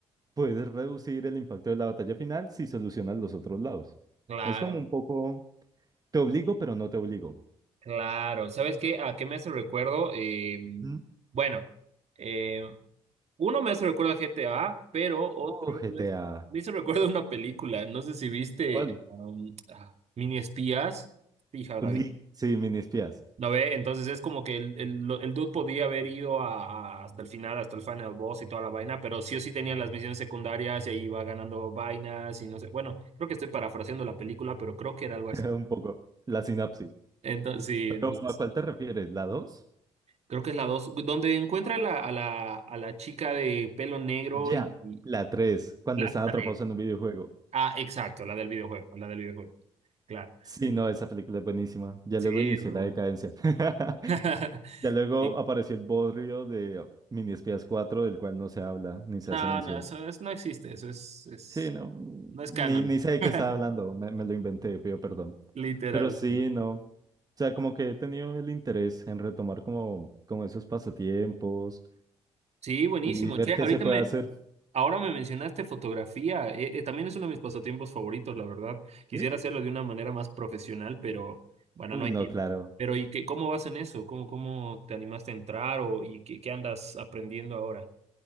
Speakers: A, on the right (about 25°); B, on the right (about 50°).
A: Puedes reducir el impacto de la batalla final si solucionas los otros lados.
B: Claro,
A: Es como un poco, te obligo, pero no te obligo.
B: claro. ¿Sabes qué? ¿A qué me hace recuerdo? Eh,
A: ¿Mm?
B: bueno, eh, uno me hace recuerdo a G T A, pero otro
A: Oh, GTA.
B: me, me hizo recuerdo a una película. No sé si viste
A: ¿Cuál?
B: um, ah, Mini Espías. Fija, la
A: Li- Sí, mini espías.
B: ¿No ve? Entonces es como que el, el, el dude podía haber ido a, a- hasta el final, hasta el final boss y toda la vaina, pero sí o sí tenía las misiones secundarias y ahí iba ganando vainas y no sé. Bueno, creo que estoy parafraseando la película, pero creo que era
A: <laughs>
B: algo así.
A: Un poco. La sinapsis.
B: Entonces, sí,
A: Pero
B: entonces,
A: ¿a cuál te refieres? ¿La dos
B: creo que es la dos, donde encuentra la, a la, a la chica de pelo negro
A: Ya.
B: y, y
A: La 3 cuando
B: la
A: están
B: tres.
A: atrapados en un videojuego.
B: Ah, exacto, la del videojuego, la del videojuego, claro.
A: Sí,
B: Entonces,
A: no, esa película es buenísima. Ya
B: sí,
A: luego inició
B: re bueno.
A: la decadencia. <laughs>
B: <laughs>
A: Ya luego
B: Sí.
A: apareció el bodrio de mini espías 4, del cual no se habla ni se
B: No,
A: hace mención.
B: no, eso, eso no existe, eso es, es,
A: Sí, no,
B: no es
A: ni,
B: canon.
A: ni sé de
B: <laughs>
A: qué estaba hablando, me, me lo inventé, pido perdón.
B: Literal.
A: Pero sí, no, o sea, como que he tenido el interés en retomar como, como esos pasatiempos
B: Sí, buenísimo.
A: y ver
B: Che,
A: qué
B: ahorita
A: se puede
B: me,
A: hacer.
B: ahora me mencionaste fotografía. Eh, eh, también es uno de mis pasatiempos favoritos, la verdad. Quisiera
A: ¿Sí?
B: hacerlo de una manera más profesional, pero bueno,
A: Uh,
B: no hay
A: no,
B: tiempo.
A: claro.
B: Pero ¿y qué, cómo vas en eso? ¿Cómo, cómo te animaste a entrar o y qué, qué andas aprendiendo ahora?